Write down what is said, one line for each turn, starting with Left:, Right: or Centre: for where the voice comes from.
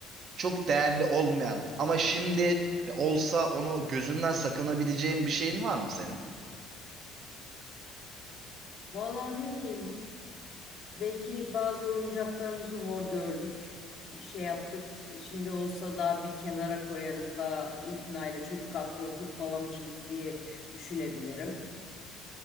Right: çok değerli olmayan ama şimdi e, olsa onu gözünden sakınabileceğin bir şeyin var mı senin?
Left: Vallahi ne bileyim Belki bazı oyuncaklarımızı hor gördük, şey yaptık. Şimdi olsa da bir kenara koyarız da itinayla çocuk aklı hırpalamışız diye düşünebilirim.